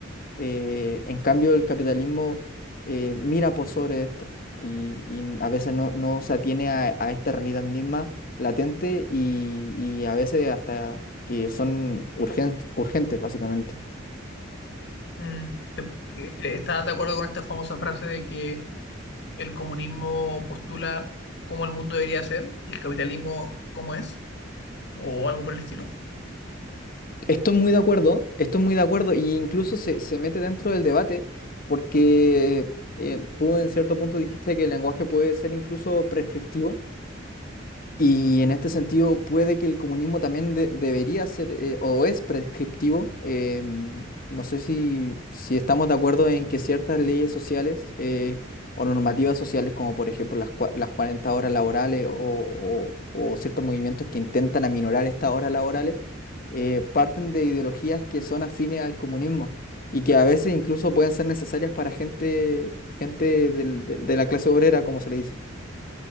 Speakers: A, on the left (about 45°); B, on the left (about 60°).
A: Eh, en cambio, el capitalismo eh, mira por sobre esto y, y a veces no, no se atiene a, a esta realidad misma latente y, y a veces hasta que son urgentes, urgentes, básicamente.
B: Mm, te- eh, ¿Estás de acuerdo con esta famosa frase de que el comunismo postula cómo el mundo debería ser y el capitalismo cómo es? O algo por el estilo.
A: Estoy muy de acuerdo, estoy muy de acuerdo y incluso se, se mete dentro del debate porque eh, tú en cierto punto dijiste que el lenguaje puede ser incluso prescriptivo Y en este sentido, puede que el comunismo también de- debería ser eh, o es prescriptivo. em, no sé si, si estamos de acuerdo en que ciertas leyes sociales eh, o normativas sociales, como por ejemplo las, cua- las 40 horas laborales o, o- o ciertos movimientos que intentan aminorar estas horas laborales, eh, parten de ideologías que son afines al comunismo y que a veces incluso pueden ser necesarias para gente, gente del- de de la clase obrera, como se le dice.